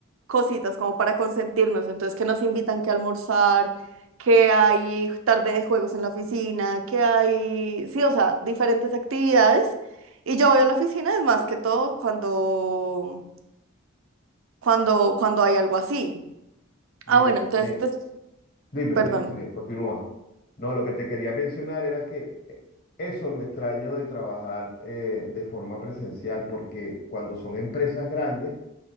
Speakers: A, on the right; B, on the left.
A: cositas como para consentirnos, entonces que nos invitan que almorzar, que hay tarde de juegos en la oficina, que hay, sí, o sea, diferentes actividades. Y yo voy a la oficina, es más que todo cuando, cuando, cuando hay algo así.
B: Mira,
A: Ah, bueno, entonces,
B: me,
A: pues,
B: Dime,
A: perdón,
B: dime, sigue, continúa. No, lo que te quería mencionar era que eh, eso lo extraño de trabajar eh, de forma presencial, porque cuando son empresas grandes,